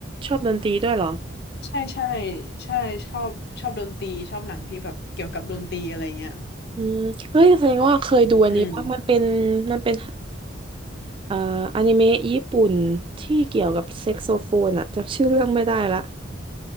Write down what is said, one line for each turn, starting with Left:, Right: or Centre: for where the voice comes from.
Right: ชอบดนตรีด้วยเหรอ
Left: ใช่ใช่ใช่ชอบชอบดนตรีชอบหนังที่แบบเกี่ยวกับดนตรีอะไรเงี้ย
Right: อืมเฮ้ยแสดงว่าเคยดูอันนี้ปะมันเป็นมันเป็น
Left: อืม
Right: เอ่ออนิเมะญี่ปุ่นที่เกี่ยวกับแซกโซโฟนอะจำชื่อเรื่องไม่ได้ละ